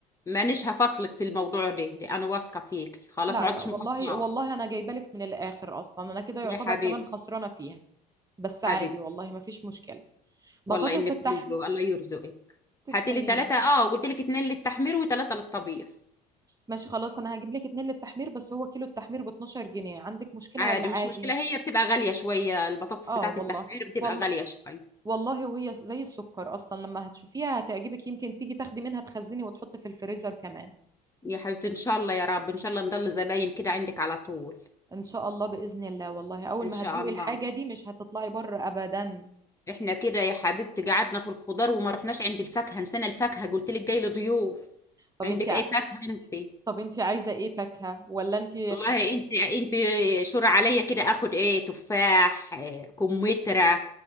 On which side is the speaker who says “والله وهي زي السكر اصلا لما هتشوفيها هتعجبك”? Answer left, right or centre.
Right